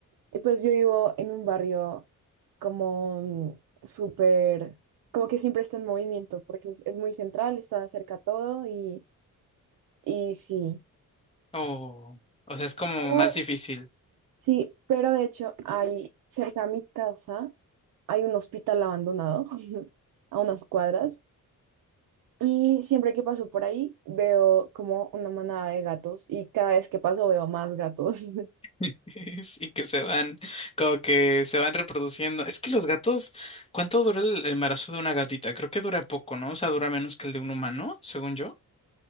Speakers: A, on the right; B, on the left.
A: Y pues yo vivo en un barrio como mm, súper, como que siempre está en movimiento, porque es, es muy central, está cerca todo y, y sí.
B: O, o sea, es como
A: Pero-
B: más difícil.
A: Sí, pero de hecho hay cerca a mi casa, hay un hospital abandonado <laughs> a unas cuadras y siempre que paso por ahí veo como una manada de gatos y cada vez que paso veo más gatos. <laughs>
B: <laughs> Sí, que se van, como que se van reproduciendo. Es que los gatos, ¿cuánto dura el el embarazo de una gatita? Creo que dura poco, ¿no? O sea, dura menos que el de un humano, según yo.